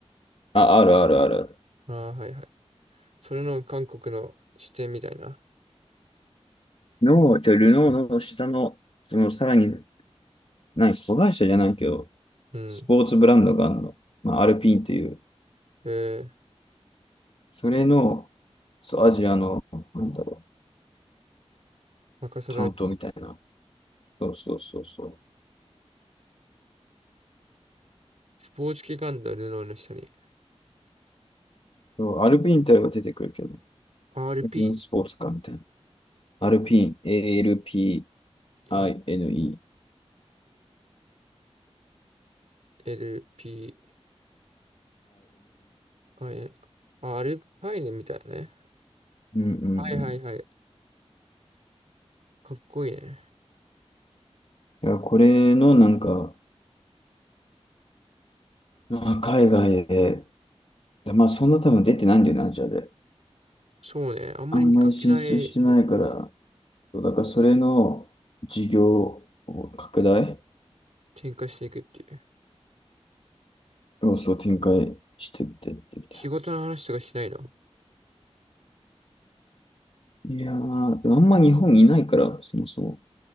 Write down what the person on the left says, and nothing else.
あ、あるあるある。
の、じゃあルノーの下の、そのさらに、何、子会社じゃないけど、
スポーツブランドがあるの。まあ、アルピーンという、
それの、そう、アジアの、なんだろう、
担当みたいな。そうそうそうそう。
そうアルピーンって言えば出てくるけどね、
アルピーンスポーツカーみたいな。アルピーン、ALPINE、
INE。
うんうんうん。
いや、これのなんか、まあ、海外で、まあそんな多分出てないんだよな、アジアで。
あんまり進出してないから、そうだからそれの事業を拡大
要素をそう展開してってってみたい
な。いやー、でもあんま日本にいないから、そもそも。